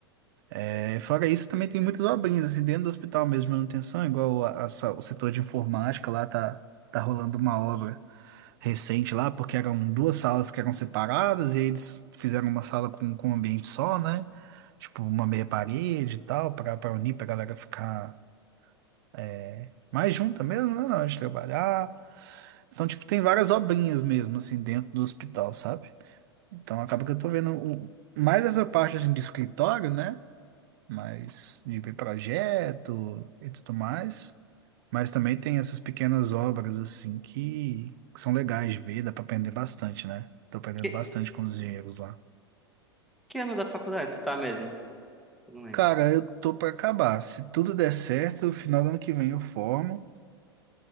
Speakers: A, on the right; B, in the centre.
A: É, fora isso, também tem muitas obrinhas, assim, dentro do hospital mesmo, de manutenção, igual a- a sa- o setor de informática lá tá, tá rolando uma obra recente lá, porque eram duas salas que eram separadas e aí eles fizeram uma sala com, com um ambiente só, né? Tipo, uma meia parede e tal, para para unir, para galera ficar é, mais junta mesmo, né? Na hora de trabalhar. Então, tipo, tem várias obrinhas mesmo, assim, dentro do hospital, sabe? Então, acaba que eu tô vendo o- mais essa parte, assim, de escritório, né? mais de ver projeto e tudo mais. Mas também tem essas pequenas obras assim que são legais de ver, dá pra aprender bastante, né? Tô aprendendo
B: Que,
A: bastante com os engenheiros lá.
B: que ano da faculdade você tá mesmo? Eu não lembro.
A: Cara, eu tô pra acabar. Se tudo der certo, no final do ano que vem eu formo.